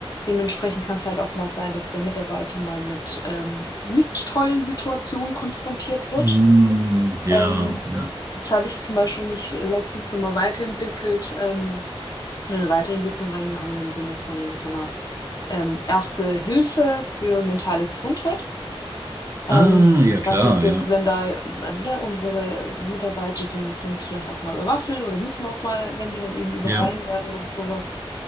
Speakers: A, on the left; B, on the right.
A: Dementsprechend kann es halt auch mal sein, dass der Mitarbeiter mal mit ähm, nicht tollen Situationen konfrontiert wird.
B: Mhm. Ja,
A: Ähm,
B: ja.
A: jetzt habe ich zum Beispiel mich letztens nochmal weiterentwickelt ähm, und in eine Weiterentwicklung reingehauen im Sinne von so einer ähm, Erste Hilfe für mentale Gesundheit. Ähm,
B: Ah, ja klar,
A: was ist jetzt,
B: ja.
A: wenn da äh, ne, unsere Mitarbeiter, die sind vielleicht auch mal bewaffnet oder müssen auch mal, wenn die dann eben überfallen
B: Ja.
A: werden oder sowas,